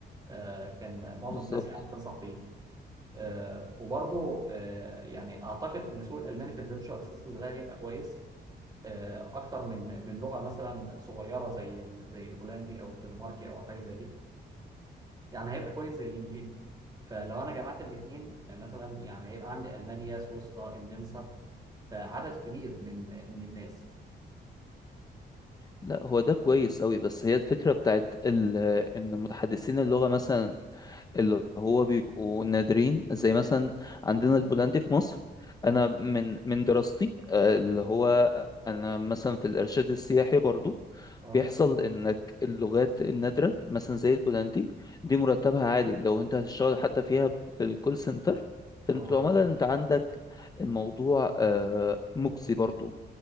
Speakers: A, on the right (about 20°); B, on the left (about 20°).
A: آه، كان معظم
B: بالظبط
A: الناس يعني بتنصح بيه آه، وبرضه آه، يعني اعتقد ان سوق الالماني في الفيرتشوال اسيستنت ده هيبقى كويس آه، اكتر من من لغه مثلا صغيره زي ال- زي البولندي او الدنماركي او حاجه زي دي يعني هيبقى كويس زي الانجليزي فلو انا جمعت الاثنين مثلا يعني هيبقى عندي المانيا سويسرا النمسا فعدد كبير من من الناس
B: لا هو ده كويس قوي بس هي الفكرة بتاعت ال... ان متحدثين اللغة مثلا اللي هو بيبقوا نادرين زي مثلا عندنا البولندي في مصر انا
A: اه
B: من من دراستي آه، اللي هو انا مثلا في الارشاد السياحي برضو
A: اه
B: بيحصل انك اللغات النادرة مثلا زي البولندي دي مرتبها عالي لو انت هتشتغل حتى فيها في الكول سنتر
A: اه
B: خدمة العملاء انت عندك الموضوع آه، مجزي برضو